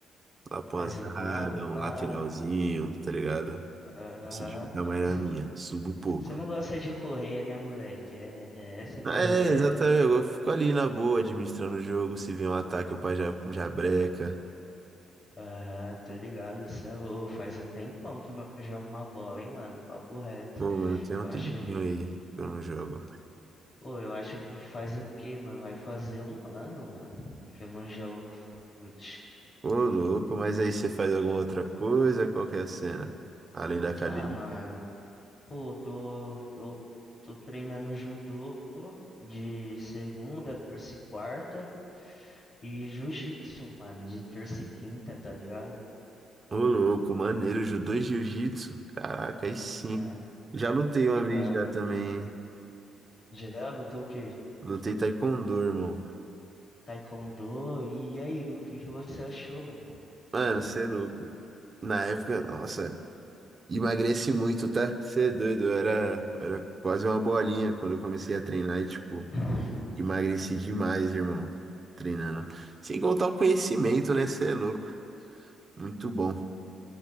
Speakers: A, on the right (about 35°); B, on the left (about 40°).
A: Lá pra
B: Mais
A: uma zaga,
B: recuado,
A: um
B: pá?
A: lateralzinho, tá ligado?
B: Aham.
A: Não sei de ficar mais na
B: Você
A: minha. Subo pouco.
B: você não gosta de correr, né, moleque? É, é essa que
A: É,
B: é as ideias.
A: exatamente. Eu fico ali na boa, administrando o jogo. Se vem um ataque, eu pá, já, já breca.
B: Aham, tô ligado, cê é louco. Faz um tempão que eu não jogo uma bola, hein, mano? Papo reto.
A: Pô, mano, tem
B: Eu
A: um tempinho
B: acho,
A: aí que eu não jogo.
B: pô, eu acho que faz o quê, mano? Vai fazer um ano, mano, que eu não jogo um fute.
A: Ô, louco, mas aí você faz alguma outra coisa? Qual que é a cena? Além da academia.
B: Ah, mano. Pô, tô, eu tô treinando judô de segunda, terça e quarta e jiu-jitsu, mano, de terça e quinta, tá ligado?
A: Ô, louco, maneiro, judô e jiu-jitsu. Caraca, aí sim.
B: Né,
A: Já lutei
B: tá
A: uma
B: ligado.
A: vez já também. hein?
B: Já botou o quê?
A: Lutei taekwondo, irmão.
B: Taekwondo, e aí, o que que você achou, mano?
A: Mano, você é louco. Na época, nossa, emagrece muito, tá? Você é doido, eu era, eu era quase uma bolinha quando eu comecei a treinar e, tipo,
B: <laughs>
A: emagreci demais, irmão, treinando. Sem contar o conhecimento, né? Você é louco. Muito bom.